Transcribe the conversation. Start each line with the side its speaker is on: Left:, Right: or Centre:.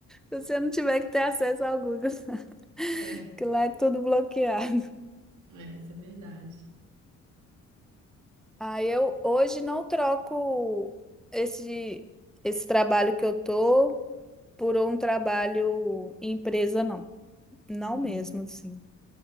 Centre: Se você não tiver que ter acesso ao Google, <laughs>
Right: É,
Centre: que lá é tudo bloqueado.
Right: é, isso é verdade.
Centre: Ah, eu hoje não troco esse, esse trabalho que eu tô por um trabalho em empresa, não. Não
Right: Uhum.
Centre: mesmo, assim.